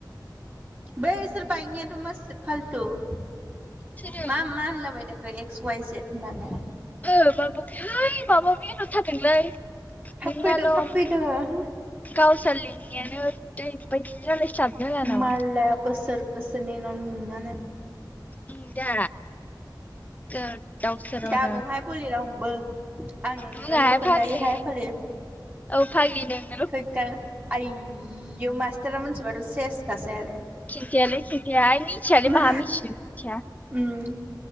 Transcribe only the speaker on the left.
सोरो
ओ माबा थाय माबा माबि होन हर थारदोंलै
नोंनाल'
गावस्रा‌ लिरनायानो ओरैबायदि <unintelligible> नामा
उम दा गोदावसोरावनो
बुङाहाय
फाग्लि
औ फाग्लि नों
खिनथायालै खिन्थायालै ओय मिथियालै
माहा मिथिनो मिथिया